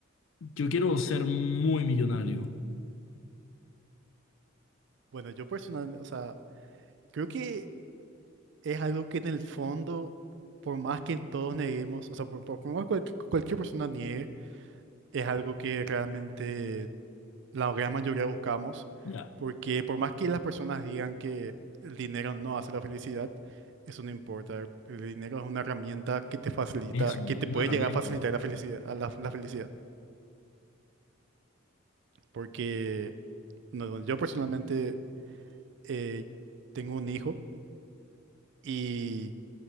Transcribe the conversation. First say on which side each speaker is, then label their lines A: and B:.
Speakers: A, on the left (about 70°); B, on the right (about 60°).
A: yo quiero ser muy millonario.
B: Bueno, yo personalmente, o sea, creo que es algo que en el fondo, por más que todos neguemos, o sea, por, por- por más que cualquier cualquier persona niegue, es algo que realmente la gran mayoría buscamos,
A: Ya,
B: porque por más que las personas digan que el dinero no hace la felicidad, eso no importa. El dinero es una herramienta que te facilita,
A: eso,
B: que
A: una
B: te puede
A: herramienta.
B: llegar a facilitar la felicidad, a la, la felicidad. Porque no, yo personalmente eh, tengo un hijo y